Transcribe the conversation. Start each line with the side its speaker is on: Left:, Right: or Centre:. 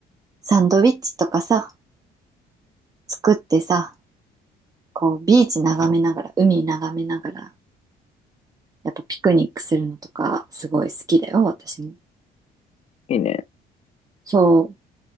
Right: サンドイッチとかさ、作ってさ、こう、ビーチ眺めながら、海眺めながら、やっぱピクニックするのとか、すごい好きだよ、私も。
Left: いいね。
Right: そう。